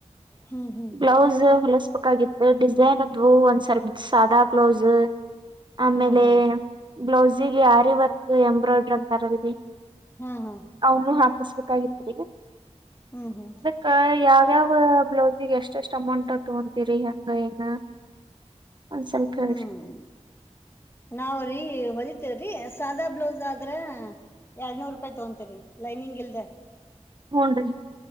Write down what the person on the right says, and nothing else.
ಬ್ಲೌಸ್ ಹೊಲಸ್ಬೇಕಾಗಿತ್ ಡಿಸೈನ್ ಅದ್ವು ಒಂದ್ಸರಿದ್ ಸಾದಾ ಬ್ಲೌಸು ಆಮೇಲೆ
ಬ್ಲೌಸಿಗೆ ಆರಿ ವರ್ಕು ಎಂಬ್ರಾಯ್ಡ್ರಿ ಅಂತಾರ <unintelligible>
ಅವ್ನು ಹಕುಸ್ಬೇಕಾಗಿತ್ರಿ.
ಕ ಯಾವ್ ಯಾವಾ ಬ್ಲೌಸಿಗೆ ಎಷ್ಟೆಷ್ಟ್ ಅಮೌಂಟ್ ತಗೊಂತೀರಿ ಹೆಂಗ ಏನ? ಒಂದ್ ಸ್ವಲ್ಪ
ಹೇಳ್ರಿ
ಹುನ್ರೀ.